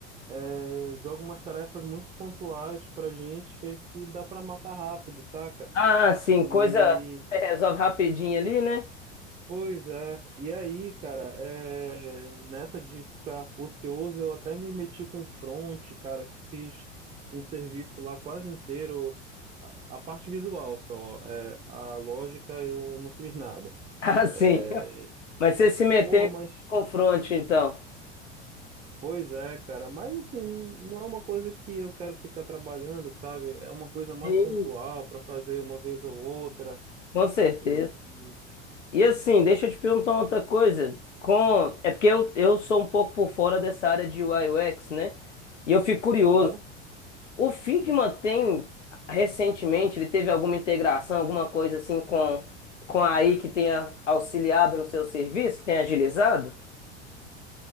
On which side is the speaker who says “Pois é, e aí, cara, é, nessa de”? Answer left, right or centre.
Right